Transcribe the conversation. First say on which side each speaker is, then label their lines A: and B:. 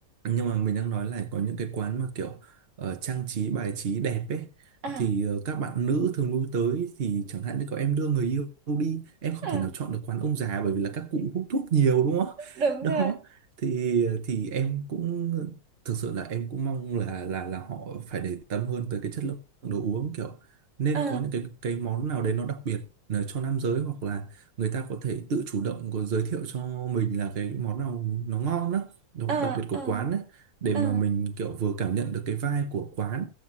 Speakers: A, on the right; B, on the right.
A: nhưng mà mình đang nói là có những cái quán mà kiểu ờ, trang trí bài trí đẹp ấy
B: à
A: thì ờ, các bạn nữ thường lui tới thì chẳng hạn như có em đưa người yêu đi em không
B: à
A: thể nào chọn được quán ông già bởi vì là các cụ hút thuốc nhiều đúng không
B: đúng
A: <laughs> đó
B: rồi
A: thì thì em cũng thực sự là em cũng mong là là là họ phải để tâm hơn tới cái chất lượng đồ uống kiểu nên
B: ờ
A: có những cái cái món nào đấy nó đặc biệt ờ, cho nam giới hoặc là người ta có thể tự chủ động có giới thiệu cho mình là cái món nào nó ngon đó đồ
B: ờ
A: đặc biệt của
B: ờ
A: quán ấy, để
B: ờ
A: mà mình kiểu vừa cảm nhận được cái vibe của quán